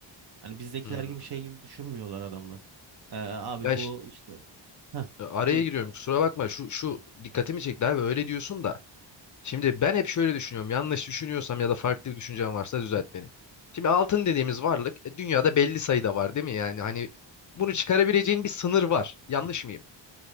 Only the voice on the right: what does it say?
Yani bizdekiler
gibi şey gibi düşünmüyorlar adamlar. Ee, abi
bu
işte Heh,
buyur.